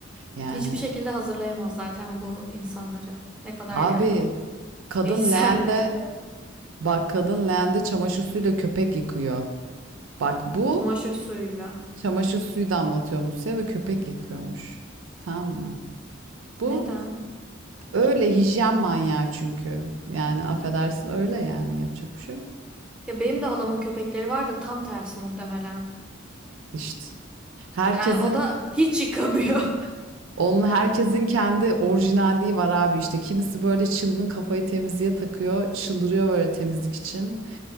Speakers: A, on the right; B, in the centre.
A: Yani
B: Hiçbir şekilde hazırlayamaz zaten bu insanları. Ne kadar
A: abi
B: yani.
A: kadın
B: E, <laughs> sen
A: leğende
B: de şey de yapsan.
A: bak kadın leğende çamaşır suyuyla köpek yıkıyor. Bak bu
B: Çamaşır suyuyla.
A: çamaşır suyu damlatıyormuş size ve köpek yıkıyormuş. Tamam mı? Bu
B: Neden?
A: Öyle hijyen manyağı çünkü. Yani affedersin öyle yani yapacak bir şey yok.
B: Ya benim de halamın köpekleri var da tam tersi muhtemelen.
A: İşte herkesin
B: Yani o da hiç yıkamıyor. <laughs>
A: onunla herkesin kendi orijinalliği var abi işte. Kimisi böyle çılgın kafayı temizliğe takıyor, çıldırıyor böyle temizlik için.